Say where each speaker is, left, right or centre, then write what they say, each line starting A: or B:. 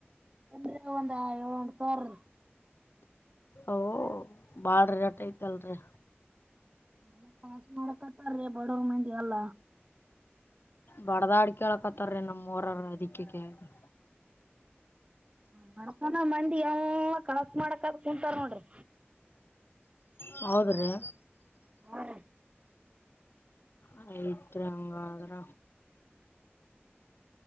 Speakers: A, on the right (about 25°); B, on the left (about 60°).
A: ಅಂದ್ರ ಒಂದ ಯೋಳಿ--ಟ್ ಇರ್ತವ್ರಿ
B: ಓ ಬಾಳ್ ರಟೈತಲ್ರಿ
A: ನ ಕಾಸ್ ಮಾಡ್ಕತ್ತಾರೀ ಬಡುರ್ಮಂದಿ ಎಲ್ಲ
B: ಬಡ್ದಾಡ್ಳ್ಯಾಕತ್ತಾರೀ ನಮ್ಮರೌರ್ ಅದಕ್ಕೆ ಕೇಳ್ದೆ
A: ಮಣಕನ ಮಂದಿ ಎಲ್ಲ ಕಳ ಮಾಡ್ಕತ್ ಕುಂತಾರ್ ನೋಡ್ರಿ
B: ಹೌದ್ರಿ
A: ಮಾ ರೀ
B: ಆಯ್ತ್ರಿ ಹಂಗಾದ್ರ